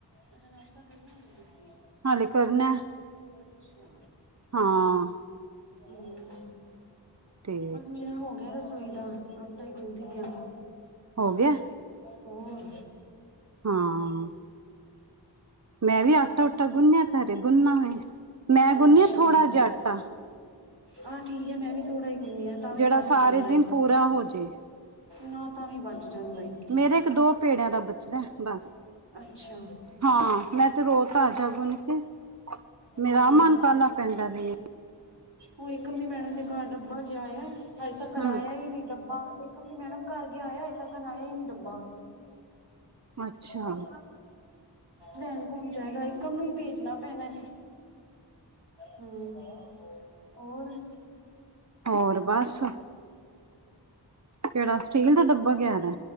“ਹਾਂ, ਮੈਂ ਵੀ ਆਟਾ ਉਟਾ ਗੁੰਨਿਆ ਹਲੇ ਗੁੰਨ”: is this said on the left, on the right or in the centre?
Right